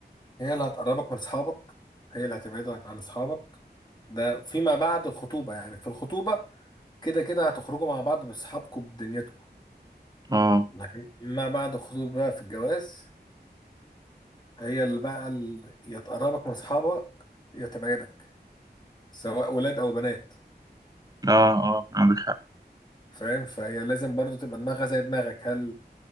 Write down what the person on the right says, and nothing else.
اه
اه اه عندك حق